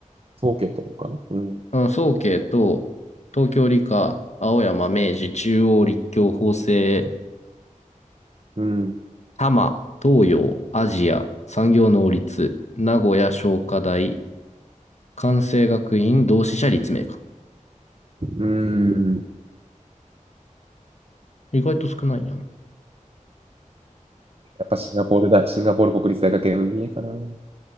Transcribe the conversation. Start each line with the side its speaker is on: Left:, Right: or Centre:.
Right: そうとかな。うん。
Left: うん、早慶と、東京理科、青山、明治、中央、立教、法政、
Right: うん。
Left: 多摩、東洋、アジア、産業能率、名古屋、商科大、関西学院、同志社、立命科
Right: うん。
Left: 意外と少ないんやな。い
Right: やっぱシンガポールだ。シンガポール国立大学 MBA かな。うん